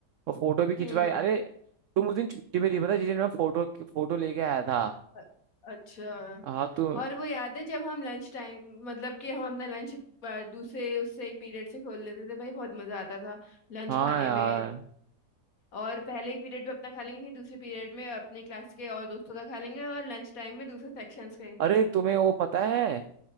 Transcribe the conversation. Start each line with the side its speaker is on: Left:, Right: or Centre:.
Right: और फोटो भी खिंचवाई
Left: हम्म
Right: अरे तुम उस दिन छुट्टी में थी पता है, जिस दिन मैं फोटो फोटो लेके आया था
Left: अ- अच्छा
Right: हाँ तू
Left: और वो याद है जब हम लंच टाइम मतलब कि हम अपना लंच दूसरे उससे पीरियड से खोल लेते थे भाई बहुत मजा आता था लंच
Right: हाँ
Left: खाने
Right: यार
Left: में और पहले ही पीरियड में अपना खा लेंगे फिर दूसरे पीरियड में अपने क्लास के और दोस्तों का खा लेंगे और लंच टाइम में दूसरे सेक्शंस के
Right: अरे तुम्हें वो पता है